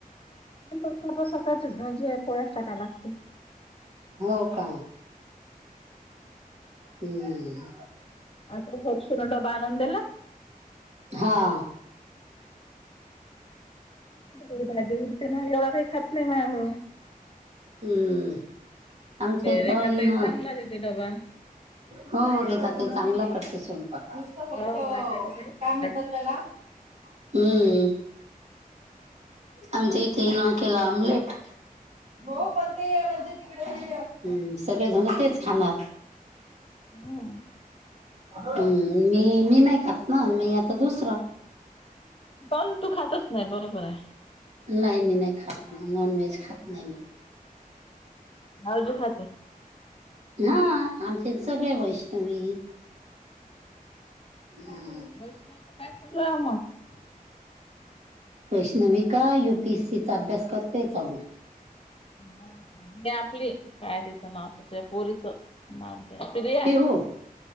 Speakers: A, on the left (about 40°); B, on the right (about 45°).
A: फक्ता सकाळच भाजी पोस टाका लागतील
B: हो का हम्म
A: आ घरषून डबा आनंदला
B: हा
A: क भाजी उरते ना एवढ काही खात नाही म
B: हम्म आमच्या
A: ते
B: इथं
A: रेखा
B: इन
A: त चांगलाचेत बाडबा
B: हो रेेत ते चांगला करते स्वय नुसत
A: हो
B: फक्त काय
A: भाज्या वगैरे चांगल्या
B: म्हणतात
A: खातात.
B: त्याला हम्म आमच्या इथेही न केला आमलेट
A: हम्
B: हो पण ते म्हणजे हम्म सगळे जणतेच खाणार
A: हम्म,
B: ह् मी मी नाही खात ना मी आता दुसरं
A: पण तू खातच नाही बरोबर आहे
B: नाही मी नाही खात ना नॉन व्हेज खात नाही मी
A: भावजी खात
B: हा आमचे सगळे वैष्णवी हम्म
A: बस नाहीच काय चालू आहे मग
B: वैष्णवी का युपीएससीचा अभ्यास करतेय चालू
A: ह म आपली काय तिचं नाव तसं पोरीच प्रिया
B: पिहू